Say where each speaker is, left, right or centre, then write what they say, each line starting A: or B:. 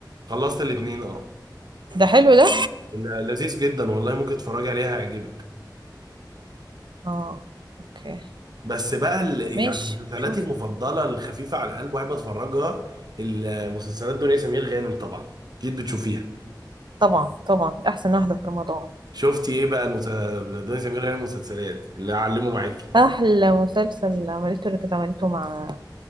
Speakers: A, on the right; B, on the right.
A: خلصت الاتنين اه
B: ده حلو ده
A: ل- لذيذ جدا والله ممكن تتفرج عليها هيعجبك
B: اه اوكي
A: بس بقى ال-
B: ماشي
A: يعني مسلسلاتي
B: شوف
A: المفضله الخفيفه على القلب واحب اتفرجها المسلسلات دنيا سمير غانم طبعا اكيد بتشوفيها
B: طبعا طبعا احسن واحده في رمضان
A: شفتي ايه بقى المس... دنيا سمير غانم مسلسلات اللي هعلمه معاكي
B: احلى مسلسل عملته اللي كانت عملته مع